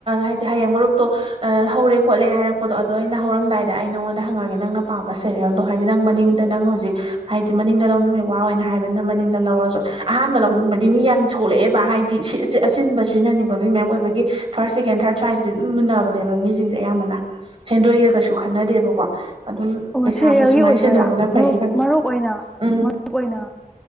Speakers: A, on the right; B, in the centre.
A: ꯍꯥꯏꯗꯤ ꯍꯌꯦꯡ ꯃꯔꯨꯞꯇꯣ ꯑꯥ ꯍꯧꯔꯦ ꯈꯣꯠꯂꯦ ꯍꯥꯏꯔꯛꯄꯗꯣ ꯑꯗꯣ ꯑꯩꯅ ꯍꯧꯔꯝꯗꯥꯏꯗ ꯑꯩ ꯅꯪꯉꯣꯟꯗ ꯍꯪꯉꯛꯑꯒꯦ ꯅꯪꯅ ꯄꯥꯝꯕ ꯁꯦꯔꯤꯌꯦꯜꯗꯣ ꯍꯥꯏꯗꯤ ꯅꯪ ꯃꯅꯤꯡꯗ ꯅꯪ ꯍꯧꯖꯤꯛ ꯍꯥꯏꯗꯤ ꯃꯅꯤꯡꯗ ꯂꯧꯅꯤꯡꯕꯒꯤ ꯋꯥ ꯑꯣꯏꯅ ꯍꯥꯏꯕꯅꯤꯅ ꯃꯅꯤꯡꯗ ꯂꯧꯔꯖꯨ ꯑꯍꯥꯟꯕ ꯂꯧꯅꯤꯡꯕꯗꯤ ꯃꯤ ꯌꯥꯝ ꯊꯣꯛꯂꯛꯑꯦꯕ ꯍꯥꯏ ꯗꯤ ꯁꯤ ꯑꯆꯤꯟꯕ ꯁꯤꯖꯤꯟꯅꯅꯤꯡꯕ ꯃꯤ ꯃꯌꯥꯝ ꯑꯣꯏꯕꯒꯤ ꯐꯥꯔꯁ ꯁꯦꯀꯦꯟ ꯊꯥꯔꯠ ꯁ꯭ꯋꯥꯏꯁꯤꯗꯤ ꯑꯗꯨꯝ ꯃꯨꯟꯅꯕꯅꯦꯕ ꯃꯤꯖꯤꯡꯖꯦ ꯑꯌꯥꯝꯕꯅ ꯁꯦꯟꯗꯣꯏꯒ ꯀꯩꯁꯨ ꯈꯟꯅꯗꯦꯕꯀꯣ ꯑꯗꯨꯝ
B: ꯑꯣ
A: ꯄꯩꯁꯥꯗꯣ
B: ꯁꯦꯔꯦꯜꯒꯤ
A: ꯁꯨꯃꯥꯏꯅ
B: ꯑꯣꯏꯗꯣꯏꯔꯥ
A: ꯁꯤꯖꯤꯟꯅꯍꯧꯕꯅ ꯐꯩꯌꯦꯅ
B: ꯑꯣ
A: ꯈꯟ
B: ꯃꯔꯨꯞ ꯑꯣꯏꯅ
A: ꯎꯝ
B: ꯃꯔꯨꯞ ꯑꯣꯏꯅ